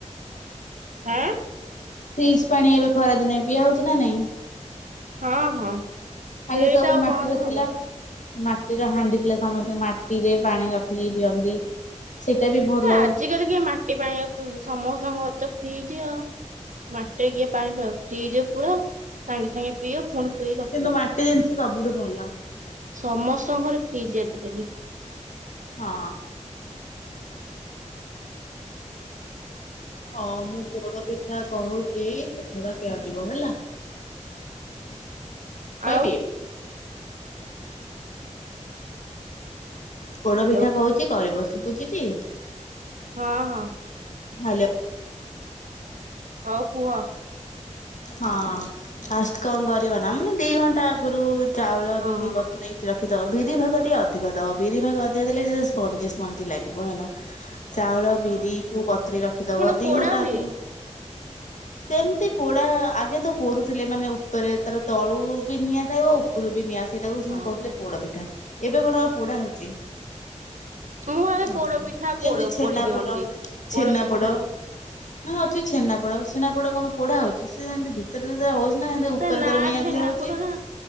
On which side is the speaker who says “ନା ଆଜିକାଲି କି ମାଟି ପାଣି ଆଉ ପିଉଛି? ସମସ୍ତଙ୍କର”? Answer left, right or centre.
Right